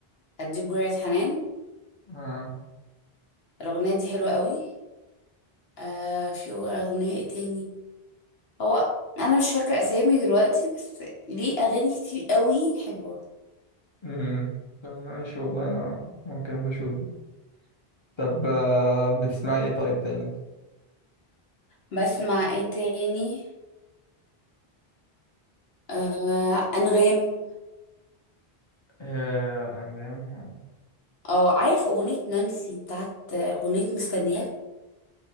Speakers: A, on the left (about 75°); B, on the left (about 30°).
A: اديك جرعة حنان
B: آه.
A: الأغنية دي حلوة قوي آه في أغنية ايه تاني هو أنا مش فاكرة أسامي دلوقتي بس ليه أغاني كتير قوي حلوة
B: امم طب ماشي والله انا ممكن ابقى اشوفه طب آه، بتسمعي ايه طيب تاني انت؟
A: بسمع ايه تاني آه أنغام
B: آه انا جاي
A: اه عارف أغنية نانسي بتاعت أغنية مستنياك